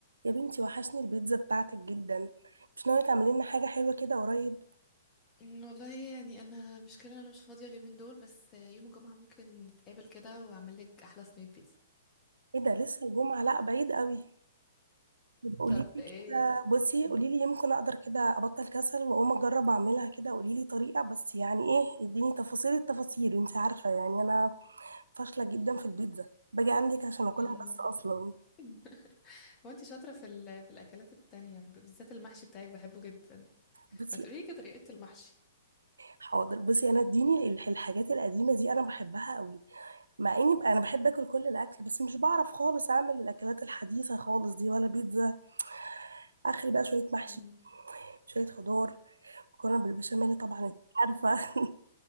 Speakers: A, on the right; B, on the left.
A: يا بنتي وحشني البيتزا بتاعتك جدا مش ناوية تعملي لنا حاجة حلوة كده قريب
B: أمم، والله يعني انا مشكلة إن انا مش فاضية اليومين دول بس يوم الجمعة ممكن نتقابل كده واعمل لك احلى صينية بيتزا
A: ايه ده لسه الجمعة لا بعيد قوي يبقى قولي
B: طب
A: لي
B: ايه
A: كده بصي
B: أمم،
A: قولي لي يمكن اقدر كده ابطل كسل واقوم اجرب اعملها كده قولي لي طريقة بس يعني ايه اديني تفاصيل التفاصيل انت عارفة يعني انا فاشلة جدا في البيتزا باجي عندك عشان اكلها
B: أمم.
A: بس اصلا
B: <laughs> هو انت شاطرة في ال- في الاكلات التانية بالذات المحشي بتاعك بحبه جدا
A: بصي
B: ما تقولي لي طريقة المحشي
A: حاضر بصي انا اديني الح- الحاجات القديمة دي انا بحبها قوي مع اني بقى انا بحب اكل كل الاكل بس مش بعرف خالص اعمل الاكلات الحديثة خالص دي ولا بيتزا اخري بقى شويه محشي
B: أمم.
A: شويه خضار مكرونه بالبشاميل طبعا انت عارفه <laughs>